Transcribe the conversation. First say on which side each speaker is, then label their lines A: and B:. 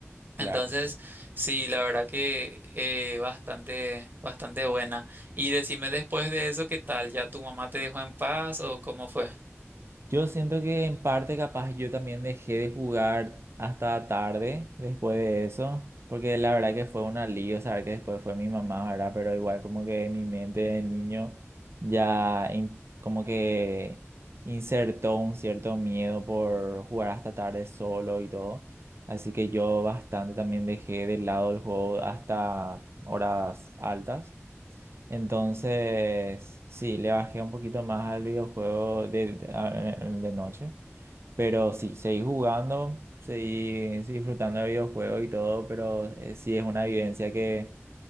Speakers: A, on the right (about 45°); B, on the right (about 60°).
A: Entonces,
B: Claro.
A: sí, la verdad que eh, bastante, bastante buena. Y decime después de eso, ¿qué tal? ¿Ya tu mamá te dejó en paz o cómo fue?
B: Yo siento que en parte capaz yo también dejé de jugar hasta tarde después de eso, porque la verdad que fue un alivio saber que después fue mi mamá, ¿verdad? Pero igual como que mi mente de niño ya in- como que insertó un cierto miedo por jugar hasta tarde solo y todo. Así que yo bastante también dejé de lado el juego hasta horas altas. Entonces, sí, le bajé un poquito más al videojuego de, de- a- de noche, pero sí, seguí jugando, seguí, seguí disfrutando del videojuego y todo, pero eh, sí es una vivencia que